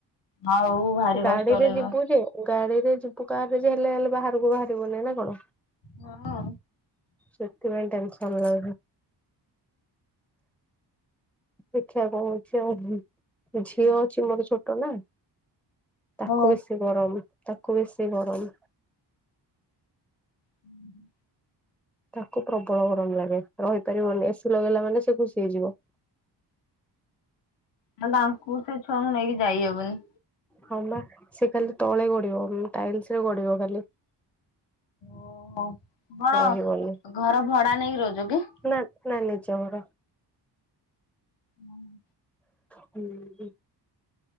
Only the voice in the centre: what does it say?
ଗାଡିରେ
ଯିବୁ ଯେ ଗାଡିରେ ଯ କା ରେ ହେଲେ ହେଲେ ବାହାରକୁ ବାହାରିବନିଁ ନା କଣ?
ସେତ ପାଇଁ ଟେନସନ ଲ ଦେଖିବାକୁ କଉଛି ଆଉ ଝିଅ ଅଛି ମୋର ଛୋଟ ନା ତାକୁ
ବେଶୀ ଗରମ ତାକୁ ବେଶୀ ଗରମ।
ତାକୁ ପ୍ରବଳ ଗରମ ଲାଗେ ରହିପାରିବନି ଏସି ଲଗେଇଲା ମାନେ ସେ ଖୁସି ହେଇଯିବ।
ହଁ ବାଟ ସେ ଖାଲି ତଳେ ଗଡିବ ଟାଇଲସରେ ଗଡିବ ଖାଲି।
ରହିବନି
ନା ନା ନିଜ ଘର।
ହୁଁ।